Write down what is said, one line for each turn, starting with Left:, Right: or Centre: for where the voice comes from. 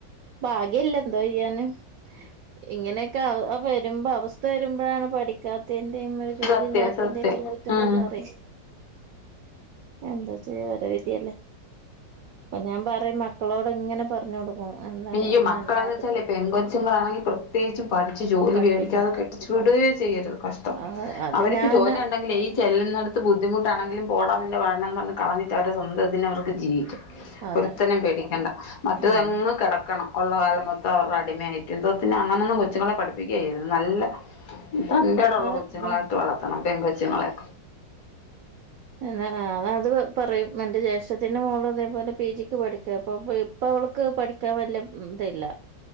Right: ഭാഗ്യല്ല എന്തോ ചെയ്യാന്- ഇങ്ങനെയൊക്കെ അവ വരുമ്പോ അവസ്ഥ വരുമ്പോഴാണ് പഠിക്കാത്ത- ത്തേൻ്റേയും ഒരു ജോലില്ലാത്തിൻ്റെക്കെ
Left: സത്യം സത്യം
Right: ഒരു ബുദ്ധിമുട്ടാറിയും
Left: ഉം
Right: എന്താച്ചെയ്യ ഓരോ വിതിയല്ലേ? അപ്പം ഞാൻ പറയും മക്കളോട്ങ്ങനെ പറഞ്ഞ് കൊടുക്കും- എന്താ
Left: ആയോ മക്കളാന്ന്
Right: നന്നായിട്ട്
Left: വെച്ചാലെ പെ കൊച്ചങ്ങളാണെങ്കിൽ പ്രത്യേകും പഠിച്ച് ജോലി
Right: പഠിപ്പിക്കണം
Left: മേടിക്കാതെ കെട്ട ട്ടിച്ച്വിടുകയേ ചെയ്യരുത് കഷ്ടം
Right: ആ അത്
Left: അവർക്ക്
Right: ഞാന്
Left: ജോലി ഉണ്ടെങ്കിൽ ഈ- ചെല്ലുന്നടുത്ത് ബുദ്ധിമുട്ടാണെങ്കിലും പോടാനിന്റെ പാട്ടിനെന്ന് പറഞ് കളഞ്ഞിട്ട് അവ സ്വന്തത്തിന് അവർക്ക് ജീവിക്കാം-
Right: അതെ
Left: ഒരുത്തനേം പേടിക്കണ്ട മറ്റേതങ്ങ്
Right: ഉം
Left: കെടക്ക ടക്കണം ഒള്ള കാല മൊത്തം അവരുടെ അടിമയായിറ്റ് എന്തോത്തിന അങ്ങനൊന്നും കൊച്ചുങ്ങളെ പഠിപ്പിക്കുകേ ചെയ്യരുത് നല്ല- തന്റേടം ഒള്ള
Right: അതെ
Left: കൊച്ചുങ്ങളായിട്ട് വളർത്തണം പെൺ കൊച്ചുങ്ങളെ-
Right: എന്ന ആ അത് പറയും എന്റെ ജേഷ്ഠത്തിന്റെ മോളം അതേപോലെ പി ജിക്ക് പഠിക്കുക അപ്പൊ പി ഇപ അവക്ക് പഠിക്കാൻ വലിയ ഇത് ല്ല